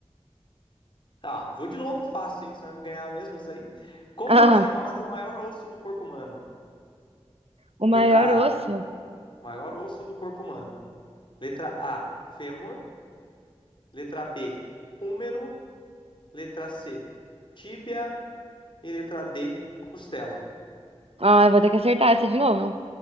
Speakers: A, on the left; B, on the right.
A: ah, vou de novo fácil, hein? Você vai me ganhar mesmo isso aí? Como
B: <laughs> Ah,
A: é chamado o maior osso do corpo humano?
B: o maior
A: Letra
B: osso.
A: A, maior osso do corpo humano. Letra A, fêmur. Letra B, húmero. Letra C, tíbia. E letra D, costela.
B: Ah, eu vou ter que acertar essa de novo.